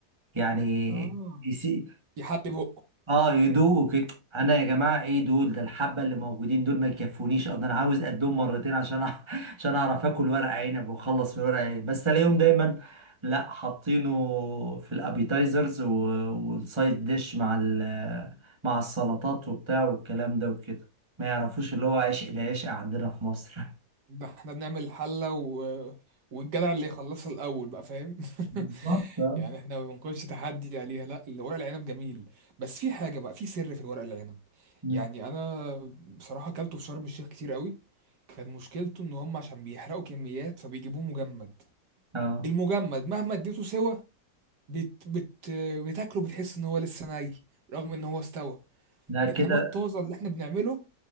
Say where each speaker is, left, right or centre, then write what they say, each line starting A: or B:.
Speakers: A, on the right; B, on the right.
A: يعني
B: اه
A: يسي...
B: يحلي بقه
A: اه يدوقوا كده انا يا جماعه ايه دول ده الحبه اللي موجودين دول ما يكفونيش اصلا انا عاوز قدهم مرتين عشان أع- <laughs> عشان اعرف اكل ورق عنب واخلص من ورق عنب بس الاقيهم دايما لا حاطينه في الابيتايزرز والسايد ديش مع ال- مع السلطات وبتاع والكلام ده وكده ما يعرفوش اللي هو عشق العشق عندنا في مصر <laughs>
B: ده احنا بنعمل الحلة و... والجدع اللي يخلصها الأول بقى فاهم
A: بالظبط
B: <laughs>
A: آه.
B: يعني احنا ما بنكونش تحدي عليها لا الورق العنب جميل بس في حاجة بقى في سر في الورق العنب
A: مم.
B: يعني أنا بصراحة أكلته في شرم الشيخ كتير قوي كان مشكلته إن هم عشان بيحرقوا كميات فبيجيبوه مجمد
A: اه
B: المجمد مهما اديته سوا بت... بت... بتاكله بتحس إن هو لسه ني رغم إن هو استوى
A: لا كده
B: إنما الطازة اللي احنا بنعمله